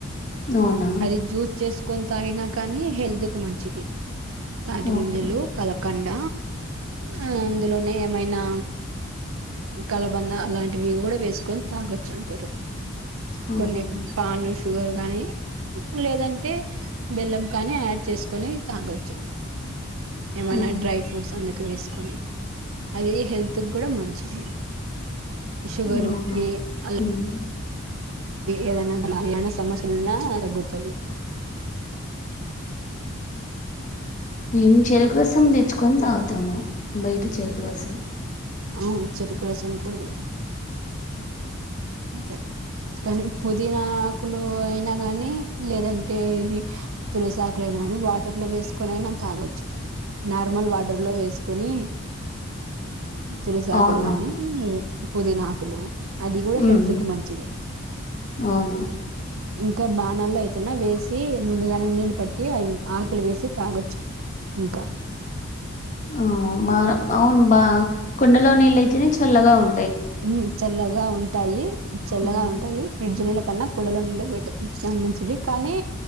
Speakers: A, on the left; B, on the right.
A: అవునా
B: అది జ్యూస్ చేసుకొని తాగినా కానీ హెల్త్ కి మంచిది తాటి ముంజలు
A: ఓకే
B: కలకండ ఆ అందులోనే ఏమైనా కలబంద అలాంటివివి కూడా వేసుకొని తాగొచ్చంటరు
A: అవునా
B: కొన్ని పానుష షుగర్ కానీ లేదంటే బెల్లం కానీ ఆడ్ చేసుకొని తాగొచ్చు ఏమన్నా
A: ఆహా
B: డ్రై ఫ్రూట్స్ అ వేసుకొని అది హెల్త్ కూడా మంచిది షుగర్
A: అవునా
B: కీ అ
A: ఉమ్
B: ఏదైనా గణమైన సమస్యలున్నా తగ్గుతువి
A: మేము చెరుకు రసం తెచ్చుకొని తాగుతము బయట చేరుకు రసం
B: అవును చెరుకు రసం కూడా మే అంటరు కానీ పుదీనాకులు అయినా గానీ లేదంటే ఇవి తులసాకులయినా కానీ వాటర్ లో వేసుకొనైనా తాగొచ్చు నార్మల్ వాటర్ లో వేసుకునీ తులసాకులు
A: అవునవును
B: గానీ పుదీనాకులు అది కూడా హెల్త్
A: ఉమ్
B: కు మంచిదే
A: అవును
B: ఇ క బాణల్లో అయితేనా వేసి ముందుగానే నీళ్ళు పట్టి అవి ఆకులు వేసి తాగొచ్చు ఇంకా
A: ఆ బ అవును బా కుండలో నీళ్ళైతేనే చల్లగా ఉ
B: ఉమ్ చల్లగా ఉంటాయి చల్లగా
A: హ్మ్.
B: ఉంటాయి ఫ్రిడ్జ్ నీళ్ళ కన్నా కుండలో నీళ్లే పెట్టే చాన మంచిది కానీ